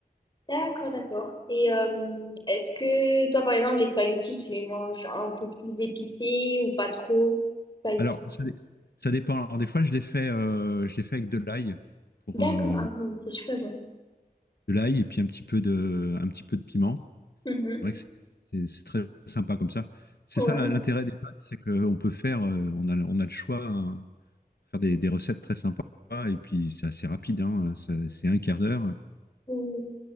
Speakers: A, on the left; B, on the left.
A: D'accord, d'accord. Et euh, est-ce que toi, par exemple, les spaghettis, tu les manges un peu plus épicés ou pas trop spicy?
B: Alors, ça, dé- ça dépend. Alors, des fois, je l'ai fait, euh, je l'ai fait avec de l'ail pour,
A: D'accord,
B: euh,
A: ah oui, c'est super bon.
B: de l'ail et puis un petit peu de, un petit peu de piment.
A: Mhm.
B: C'est vrai que c'est- c'est c'est très sympa comme ça. C'est
A: Ouais.
B: ça la- l'intérêt des pâtes, c'est qu'on peut faire, euh, on a, on a le choix, hein, faire des, des recettes très sympas et puis c'est assez rapide, hein, ça- c'est un quart d'heure.
A: Ou